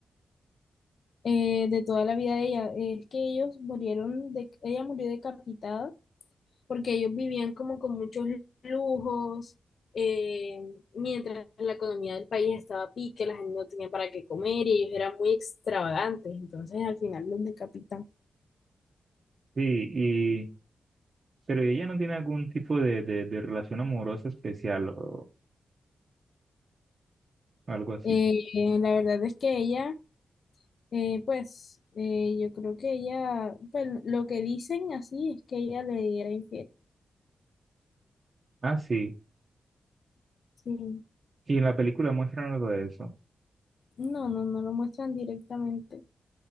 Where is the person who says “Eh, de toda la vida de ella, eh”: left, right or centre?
Left